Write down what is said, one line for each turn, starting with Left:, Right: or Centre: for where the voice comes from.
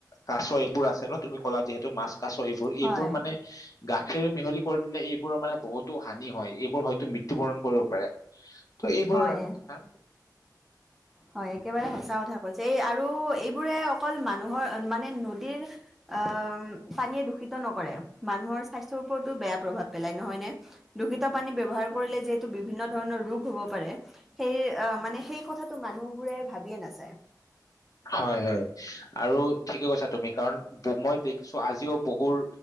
Left: কাঁছ, বোৰ আছে ন', তুমি ক'লা যিহেতু মাছ-কাছ এইবোৰ-এইবোৰ
Centre: হয়
Left: মানে গাখীৰ মিহি কৰি দিলে এইবোৰ মানে বহুত -টো হানি হয়', এই। হয়তো মৃত্যু- বৰণ কৰিব পাৰে। ত', এইবোৰ
Centre: হয়
Left: কথা।
Centre: হয়', একেবাৰে সঁচা কথা কৈছে। সেই আৰু এইবোৰে অকল মানুহৰ মানে নদীৰ অ পানীয়ে দূষিত নকৰে মানুহৰ স্বাস্থ্যৰ ওপৰতো বেয়া প্ৰভাৱ পেলায়, নহয় নে', দূষিত পানী ব্যৱহাৰ কৰিলে যিহেতু বিভিন্ন। ধৰণৰ ৰোগ হ'ব পাৰে সেই মানে সেই কথা মানুহবোৰে ভাবিয়ে নাচায়।
Left: হয়-হয় আৰু ঠিকে কৈছা তুমি কাৰণ মই দেখিছো আজিও বহুৰ